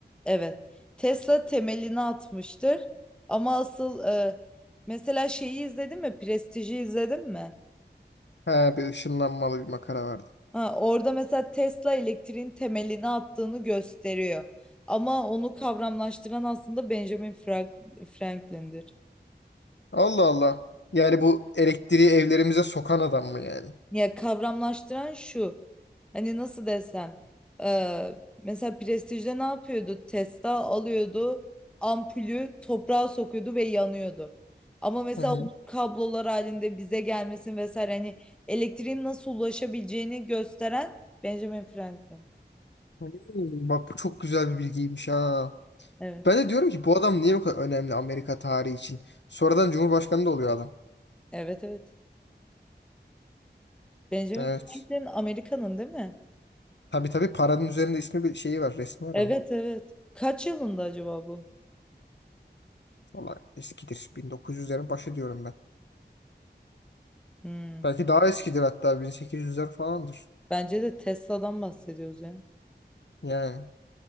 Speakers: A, in the centre; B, on the left.
A: Evet. Tesla temelini atmıştır. Ama asıl e, mesela şeyi izledin mi? Prestij'i izledin mi?
B: He bir ışınlanmalı bir makara vardı.
A: Ha, orada mesela Tesla elektriğin temelini attığını gösteriyor. Ama onu kavramlaştıran aslında Benjamin Frank- Franklin'dir.
B: Allah Allah. Yani bu elektriği evlerimize sokan adam mı yani?
A: Ya kavramlaştıran şu. Hani nasıl desem. eee, mesela Prestige'de ne yapıyordu? Testa alıyordu. Ampulü toprağa sokuyordu ve yanıyordu. Ama mesela
B: Hı hı.
A: onun kablolar halinde bize gelmesin vesaire hani elektriğin nasıl ulaşabileceğini gösteren Benjamin Franklin.
B: Hmm, Bak bu çok güzel bir bilgiymiş ha.
A: Evet.
B: Ben de diyorum ki bu adam niye bu kadar önemli Amerika tarihi için? Sonradan Cumhurbaşkanı da oluyor adam.
A: Evet evet. Benjamin
B: Evet.
A: Franklin Amerika'nın değil mi?
B: Tabii tabii paranın üzerinde ismi bir şeyi var, resmi var
A: Evet
B: onun.
A: evet. Kaç yılında acaba bu?
B: Valla eskidir. 1900'lerin başı diyorum ben.
A: Hmm.
B: Belki daha eskidir hatta 1800'ler falandır.
A: Bence de Tesla'dan bahsediyoruz ya.
B: Yani.